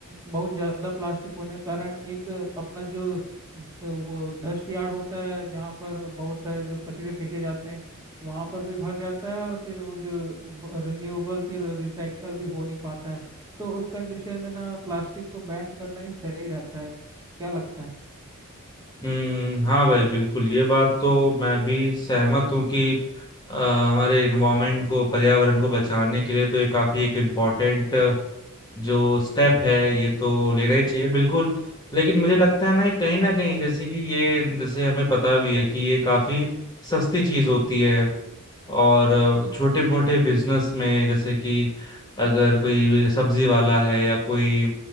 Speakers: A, on the right (about 15°); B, on the left (about 20°).
A: बहुत ज्यादा प्लास्टिक होने के कारण एक अपना जो अ, वो डस्ट यार्ड होता है जहाँ पर बहुत सारे जो कचरे फेंके जाते हैं वहां पर भी भर जाता है और फिर वो जो रिन्यूएबल फिर रिसाइकल भी हो नहीं पाता है तो उस कंडीशन में ना प्लास्टिक को बैन करना ही सही रहता है क्या लगता है
B: हम्म हाँ भाई बिल्कुल ये बात तो मैं भी सहमत हूँ कि अ, हमारे इन्वायरमेंट को पर्यावरण को बचाने के लिए तो ये काफी एक इम्पोर्टेंट जो स्टेप है ये तो लेना ही चाहिए बिल्कुल लेकिन मुझे लगता है ना कहीं ना कहीं जैसे कि ये जैसे हमें पता भी है कि ये काफी सस्ती चीज होती है और छोटे मोटे बिजनेस में जैसे कि अगर कोई सब्जी वाला है या कोई